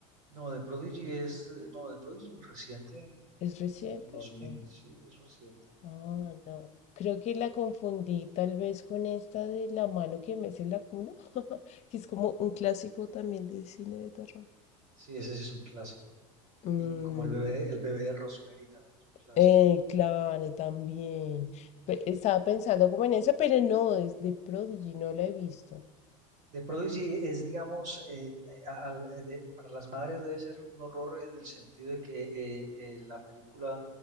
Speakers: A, on the right (about 45°); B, on the left (about 45°).
A: No, The Prodigy es, eh, no, The Prodigy es muy reciente,
B: ¿Es reciente?
A: es de los dos mil
B: Ah,
A: sí, es reciente.
B: ah, no. Creo que la confundí tal vez con esta de La mano que mece la cuna, <laughs> que es como un clásico también de cine de terror.
A: Sí, ese sí es un clásico.
B: Mm,
A: Y como el bebé, el bebé de Rosemary también es un clásico.
B: eh, claro, también. Pe- estaba pensando como en esa, pero no, es de Prodigy, no la he visto.
A: The Prodigy es, digamos, eh, al- eh, de- para las madres debe ser un horror en el sentido de que eh, eh, en la película